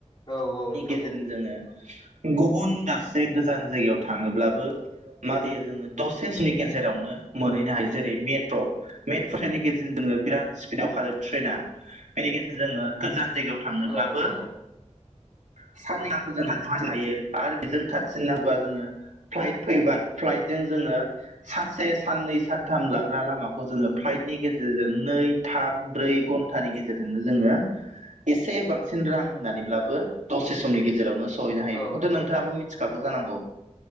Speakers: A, on the left (about 40°); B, on the right (about 85°).
A: औ नोंथां
B: गेजेरजों
A: औ
B: जोङो गुबुन दाबसे गोजान जायगायाव थाङोब्लाबो मा जायो जोंङो दसे समनि गेजेरावनो मोनहैनो हायो जेरै मेट्र' मेट्र' ट्रेननि गेजेरजों जोङो बिराद स्पिडाव खारो ट्रेना बेनि गेजेरजों जोङो गोजान जायगायाव थांनोब्लाबो
A: औ नोंथां औ
B: <unintelligible> आरो बेजों थारसिन नांगौबा जोङो फ्लाइट फैबाय फ्लाइटजों जोङो सानसे साननै सानथाम लाग्रा लामाखौ जोङो फ्लाइटनि गेजेरजों नै थाम ब्रै घन्टानि गेजेरजोंनो जोङो एसे बांसिन रां होननानैब्लाबो दसे समनि गेजेरावनो सहैनो हायो
A: औ
B: बेखौथ'
A: नोंथां
B: नोंथाङाबो मिथिखागौ जानांगौ